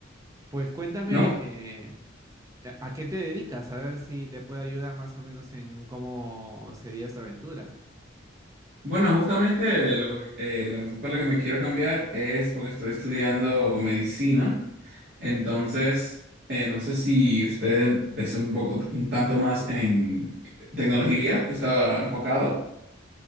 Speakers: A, on the right; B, on the right.
A: Pues cuéntame,
B: No.
A: eh, ¿a qué te dedicas? A ver si te puedo ayudar más o menos en cómo sería esta aventura.
B: Bueno, justamente lo eh, la razón por la que me quiero cambiar es porque estoy estudiando medicina. Entonces, eh, no sé si usted es un poco, un tanto más en tecnología que está enfocado.